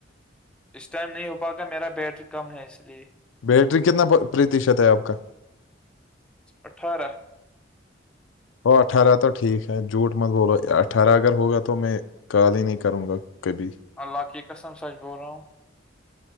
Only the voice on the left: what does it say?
بیٹری کتنا پرتیشت ہے آپ کا
وہ اٹھارہ تو ٹھیک ہے جھوٹ مند بولو اٹھارہ اگر ہوگا تو میں کال ہی نہیں کروں گا کبھی